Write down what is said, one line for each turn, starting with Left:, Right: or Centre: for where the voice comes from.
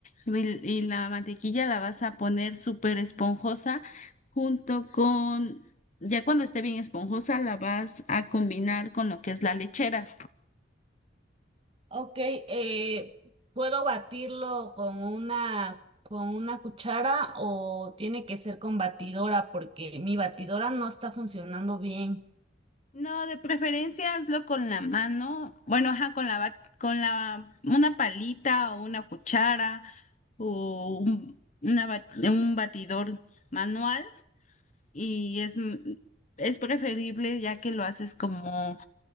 Left: y, y la mantequilla la vas a poner súper esponjosa junto con, ya cuando esté bien esponjosa, la vas a combinar con lo que es la lechera.
Right: Ok, eh, ¿puedo batirlo con una, con una cuchara o tiene que ser con batidora? Porque mi batidora no está funcionando bien.
Left: No, de preferencia hazlo con la mano, bueno, ajá, con la, bat, con la, una palita o una cuchara o un, una ba- un batidor manual y es, m- es preferible ya que lo haces como,